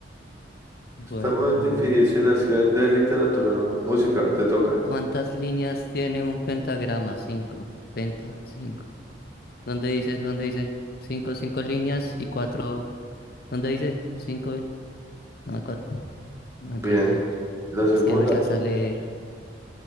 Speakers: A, on the left; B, on the right.
A: Bueno,
B: está muy difícil.
A: ni modos.
B: Es que de literatura, no. Música, te toca.
A: ¿Cuántas líneas tiene un pentagrama? Cinco. Penta, cinco. ¿Dónde dice? ¿Dónde dice? Cinco, cinco líneas y cuatro. ¿Dónde dice? Cinco. No, cuatro. No, entonces.
B: Bien. La
A: ah,
B: segunda.
A: Es que no alcanza a leer.